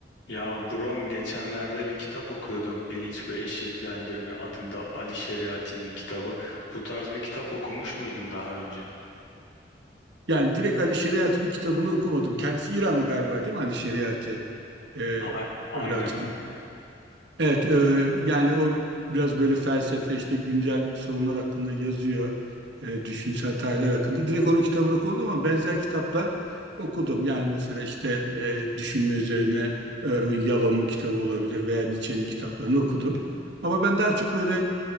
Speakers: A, on the left (about 85°); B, on the right (about 70°).
A: Ya Brom geçenlerde bir kitap okuyordum. Bilinç ve Eşiklendirme adında Ali Şeriati'nin kitabı. Bu tarz bir kitap okumuş muydun daha önce?
B: Yani direkt Ali Şeriat'ın kitabını okumadım. Kendisi İranlı galiba değil mi Ali Şeriat'ı? Ee,
A: A- Aynen.
B: öyle hatırlı. Evet, e, yani o biraz böyle felsefe işte güncel sorunlar hakkında yazıyor. e, düşünsel tarihler hakkında. Direkt onun kitabını okudum ama benzer kitaplar okudum. Yani mesela işte e, düşünme üzerine Erwin Yalom'un kitabı olabilir veya Nietzsche'nin kitaplarını okudum. Ama ben daha çok böyle